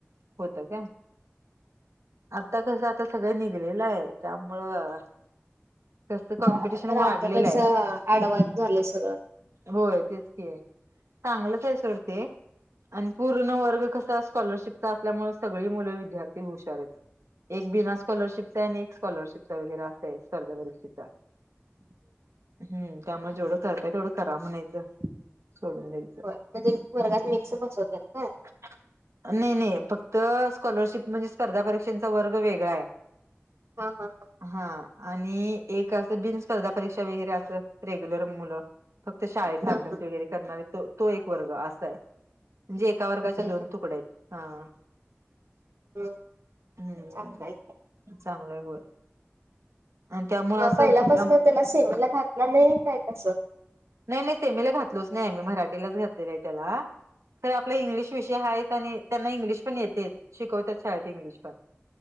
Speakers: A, on the right; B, on the right.
A: होत का. आता कसं आता सगळं निघलेलं आहे त्यामुळं, कसं कॉम्पिटिशन
B: आता तर
A: वाढलेलं
B: आमच्या पेक्षा
A: आहे.
B: एडवान्स झालंय सगळं
A: होय. तेच कि आहे चांगलंच आहे सोड ते. आणि पूर्ण वर्ग कसा स्कॉलरशिपचा असल्यामुळे सगळी मुलं विद्यार्थी हुशार आहेत. एक बिना स्कॉलरशिपचा आहे आणि एक स्कॉलरशिपचा वगैरे असा आहे स्पर्धा परीक्षेचा.. हं त्यामुळे जेवढं करतय तेवढं करा म्हणायचं.
B: होय,
A: सोडून द्यायचं
B: म्हणजे वर्गात मिक्स बसवतात होय?
A: नाही, नाही फक्त स्कॉलरशिप म्हणजे स्पर्धा पऽ चा वर्ग वेगळा आय.
B: हा, हा हा
A: हां, आणि एक असं बिन स्पर्धा परीक्षा वगैरे, अस रेग्युलर मुलंऽ फक्त शाळेचा
B: हा
A: अभ्यास वगैरे करणारे, तो एक वर्ग असा आहे, म्हणजेऽ एका वर्गाच्या
B: तुम्ही
A: दोन तुकड आहेत,,, हां.
B: हम्म,,
A: हम्म
B: चांगलायकिऽ
A: चांगलंय होय. आणि त्यामुळे
B: मग
A: असं
B: पहिल्यापासन
A: कुठला
B: त्याला सेमीला घातला नाही,, काय? कसं?
A: नाही, नाही सेमीला घातलोच नाही,, आ म्ी, मराठीलाच घातलेलं आहे त्याला. खरं आपला इंग्लिश विषय हायत, आणि त्यांना इंग्लिश पण येतेच, शिकवतात शाळेत इंग्लिशऽ